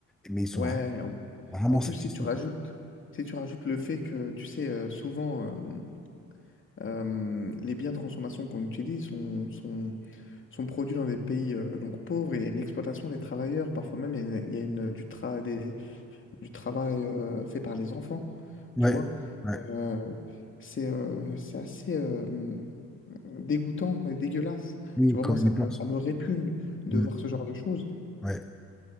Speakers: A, in the centre; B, on the left.
A: Mais ils sont
B: Ouais,
A: ra-
B: en,
A: rarement
B: en plus,
A: satisfaits,
B: si tu rajoutes,
A: quoi.
B: si tu rajoutes le fait que, tu sais, euh, souvent, euh, euh, les biens de consommation qu'on utilise sont, sont, sont produits dans des pays euh, donc pauvres, et il y a une exploitation des travailleurs, parfois même il y a, une, il y a une- du travail du travail euh, fait par les enfants,
A: Ouais.
B: tu vois.
A: ouais.
B: Euh, c'est euh, c'est assez euh, dégoûtant et dégueulasse.
A: Oui,
B: Tu vois,
A: quand
B: moi, ça
A: on y pense.
B: me, ça me répugne de
A: Mm.
B: voir ce genre de choses.
A: Ouais,